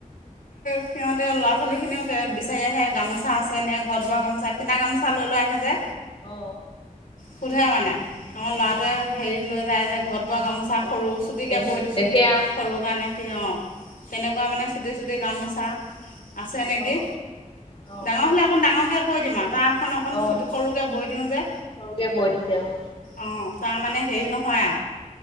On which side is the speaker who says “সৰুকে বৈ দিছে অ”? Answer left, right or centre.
Left